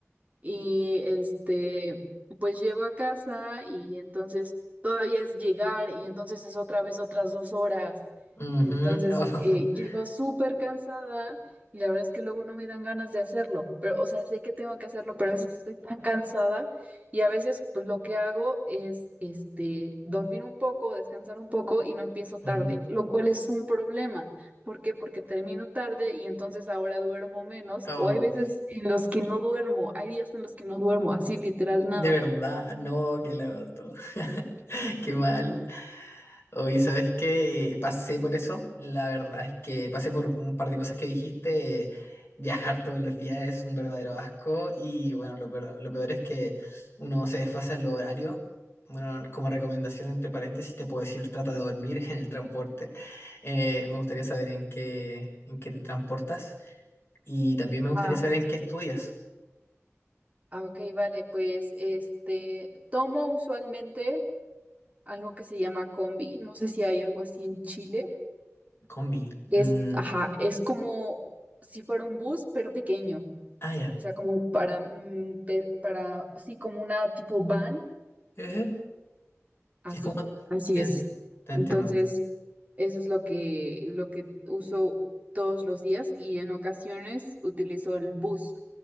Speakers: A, on the right (about 30°); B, on the left (about 50°).
A: Y este, pues llego a casa y entonces todavía es llegar y entonces es otra vez otras dos horas.
B: Mhm.
A: Entonces
B: Oh.
A: eh,
B: <laughs>
A: llego súper cansada y la verdad es que luego no me dan ganas de hacerlo. Pero, o sea, sé que tengo que hacerlo, pero a veces estoy tan cansada y a veces pues lo que hago es este, dormir un poco, descansar un poco y no empiezo tarde,
B: Ujú.
A: lo cual es un problema. ¿Por qué? Porque termino tarde y entonces ahora duermo menos.
B: Oh.
A: O hay veces en los que no duermo, hay días en los que no duermo, así literal
B: De
A: nada.
B: verdad, no, qué loco. <laughs> Qué mal. Oye, ¿sabes qué? Pasé por eso. La verdad es que pasé por un par de cosas que dijiste. Viajar todos los días es un verdadero asco y bueno, lo peor, lo peor es que uno se desfasa en los horarios. Bueno, como recomendación entre paréntesis te puedo decir trata de dormir <laughs> en el transporte. Eh, me gustaría saber en qué, en qué te transportas y también me gustaría
A: Ah,
B: saber en qué estudias.
A: Ah, ok, vale, pues este, tomo usualmente algo que se llama combi, no sé si hay algo así en Chile,
B: Combi.
A: que
B: Mm,
A: es, ajá, es como si fuera un bus, pero pequeño,
B: ah, ya.
A: o sea, como para, mm, pe- para, sí, como una tipo van,
B: Ejé.
A: así,
B: Es como...
A: así
B: eh,
A: es.
B: Te, entiendo.
A: Entonces, Eso es lo que, lo que uso todos los días y en ocasiones utilizo el bus,